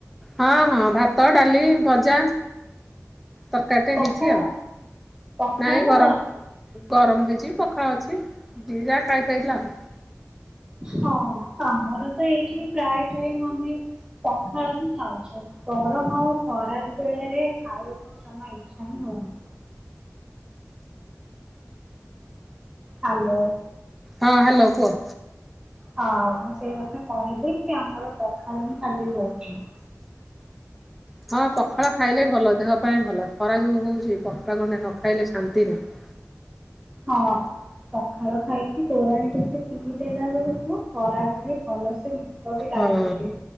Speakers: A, in the centre; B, on the right.
A: ହଁ ହଁ ଭାତ ଡାଲି ଭଜା। ତରକାରୀ ଟେ
B: ପଖାଳ।
A: ହେଇଚି ଆଉ
B: ପଖାଳ
A: ନାଇଁ
B: ନା
A: ଗରମ ଗରମ ହେଇଚି ପଖାଳ ଅଛି ଯିଏ ଯା ଖାଇପାରିଲା ଆଉ।
B: ହଁ ଆମର ତ ଏଇଠି ପ୍ରାୟ ଟାଇମ ଆମେ ପଖାଳ ହିଁ ଖାଉଚୁ ଗରମ ଆଉ ଖରା ବେଳରେ ଖାଇବାକୁ ଜମା ଇଚ୍ଛା ହିଁ ହଉନି। ହାଲୋ।
A: ହଁ ହ୍ୟାଲୋ କୁଅ।
B: ହଉ ମୁଁ ସେଇ କଥା କହିଲି କି ଆମର ପାଖାଳ ହିଁ ଖାଲି ହଉଛି।
A: ହଁ ପଖାଳ ଖାଇଲେ ଭଲ ଦେହ ପାଇଁ ଭଲ ଖରା ଯେଉ ହଉଛି ପଖାଳ ଗଣ୍ଡେ ନ ଖାଇଲେ ଶାନ୍ତି ନାହିଁ।
B: ହଁ। ପଖଳ ଖାଇକି ତୋରନି ଟିକେ ପିଇ ଦେଲା ବେଳକୁ ଖରାବେଳେ ଭଲସେ ନି ତ ବି ଲାଗୁଛି।
A: ହଁ